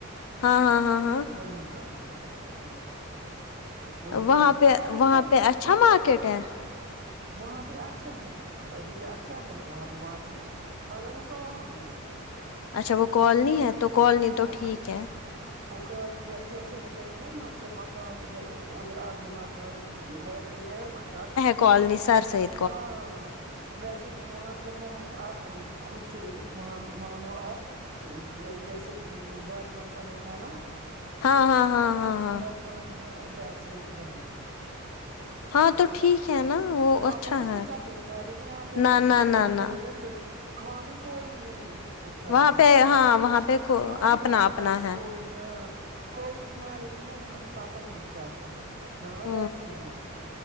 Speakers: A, on the left; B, on the right.
A: ہاں ہاں ہاں ہاں
B: وہی پر وہی پر لیا ہے ہم نے وہی
A: وہاں
B: پر ہم
A: پہ
B: سڑک
A: وہاں
B: پہ
A: اچھا
B: مطلب
A: مارکیٹ ہے
B: وہاں پہ اچھا ہے ابھی اچھا ہے وہاں پہ مارکیٹ مگر وہ کالونی ہے
A: اچھا وہ کالنی ہے تو کالنی تو
B: وہ
A: ٹھیک ہے
B: وہ کالنی جیسے ادھر ہے نا مطلب مکان ادھر ادھر آگے م کا ویسے آ مکان
A: کالنی سر سے
B: ہاں ویسے مطلب وہاں آپ خود کے مان مانو آپ جیسے باغ ماتا میں تھا نا
A: ہاں ہاں ہاں ہاں ہاں
B: ونہ ویسے ادھر بھی ہیں
A: ہاں تو ٹھیک ہے نا وہ
B: وہاں
A: اچھا
B: پر مت
A: ہے
B: نکلتے ہیں باہر کو یہاں پہ
A: نہ
B: اس
A: نہ
B: سے
A: نہ
B: بات کریں
A: نہ
B: اس سے وہاں پہ کوئی نہیں دکھ رہا
A: وہاں
B: ہے
A: پہ
B: مت
A: ہاں
B: د
A: وہاں پہ
B: ہاں دکھ
A: اپنا
B: رہا تھا
A: اپنا
B: پارسو
A: ہے
B: کوئی ہاں کوئی بیمار ر ہے بی نا وہاں پہ پتہ نہیں چلتا ہے وہاں
A: ہ
B: ویسے ہی ہیں